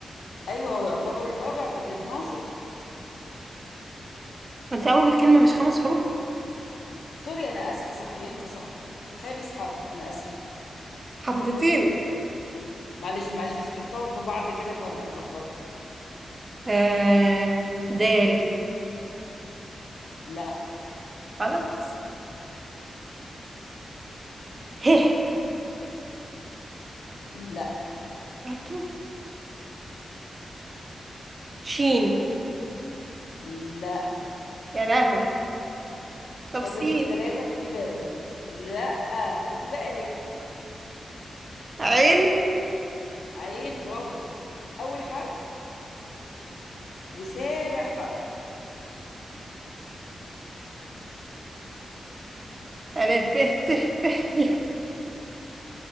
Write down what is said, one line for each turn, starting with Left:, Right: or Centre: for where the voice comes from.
Left: أيوه هو يعتبر الرابع في ال 12
Right: ما أنت أول الكلمة مش خمس حروف
Left: سوري أنا آسفة صح يا أنت صح خامس حرف أنا آسفة
Right: حمضتين
Left: معلش معلش بس حطاهم في بعض كده فما اتلخبطت
Right: آه دال
Left: لا
Right: غلط ه
Left: لا
Right: برضو شين
Left: لا
Right: يا لهوي طب
Left: فاضل
Right: سين
Left: لك ثلاثة خدي بالك لا خدي بالك
Right: عين
Left: <laughs> عين برافو أول حرف وسابع حرف
Right: ألف ب ت ف ي